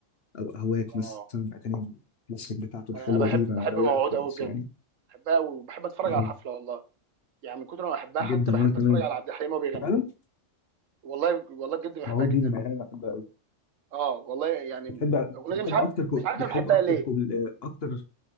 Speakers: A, on the left; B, on the right.
A: أو أهواك
B: اه
A: مثلا الأغاني الكلاسيك بتاعته الحلوة
B: انا بحب
A: دي بقى
B: بحب
A: رواقة
B: موعود
A: خالص
B: قوي بجد
A: يعني
B: بحبها قوي وبحب اتفرج
A: اه
B: على الحفله والله يعني من كتر ما بحبها
A: جدا
B: حتى بحب
A: وأنا كمان
B: اتفرج على عبد الحليم وهو بيغني
A: فعلا
B: والله والله بجد بحبها
A: موعود
B: جدا
A: دي من الأغاني اللي بحبها أوي
B: اه والله يعني
A: بتحب
B: الاغنيه
A: بتحب
B: دي مش عارف
A: أكتر كو...
B: مش عارف
A: بتحب
B: انا بحبها
A: أكتر
B: ليه
A: كوبل... آه، أكتر